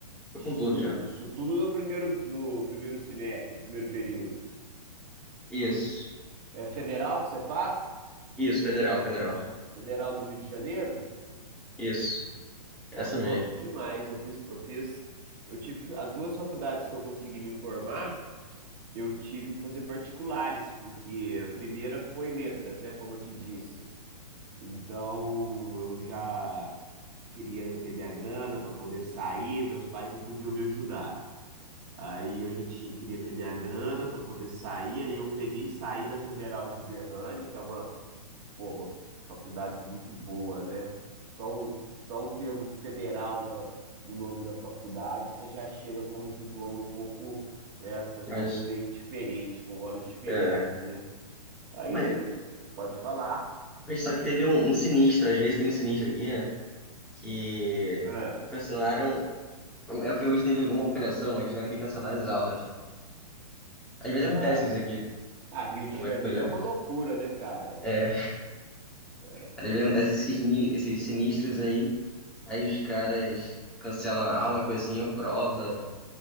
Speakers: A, in the centre; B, on the right (about 30°).
A: Foi
B: Isso
A: com tudo
B: tudo,
A: já.
B: isso tudo no primeiro, no primeiro semestre, primeiro período.
A: Isso.
B: É federal que você faz?
A: Isso, federal, federal.
B: Federal do Rio de Janeiro?
A: Isso.
B: Não,
A: Essa
B: top
A: mesmo.
B: demais. Eu fiz, eu fiz, eu tive que, as duas faculdades que eu consegui me formar, eu tive que fazer particulares, porque a primeira foi letras, né, como eu te disse. Então, eu já queria ter minha grana para poder sair, meus pais não podiam me ajudar. Aí eu já tinha, queria ter minha grana para poder sair, aí eu peguei e saí da Federal de Uberlândia, que é uma pô, uma faculdade muito boa, né? Só o, só o termo federal na, no nome da faculdade, você já chega com um diploma um pouco, né? As pessoas
A: Mas,
B: veem diferente, com olhos diferentes,
A: é
B: né? Aí
A: como
B: tem,
A: é.
B: pode falar.
A: Mas Só que teve um, um sinistro, às vezes tem um sinistro aqui, né? Que
B: Ah,
A: cancelaram. É porque hoje teve alguma operação, aí tiveram que cancelar as aulas. Às vezes acontece
B: ah,
A: isso aqui,
B: ah, Rio de
A: algumas
B: Janeiro
A: coisas.
B: é uma loucura, né, cara?
A: É,
B: É assim,
A: às vezes acontece esses, ni- esses sinistros aí, aí os caras cancelam a aula, uma coisa assim, ou prova.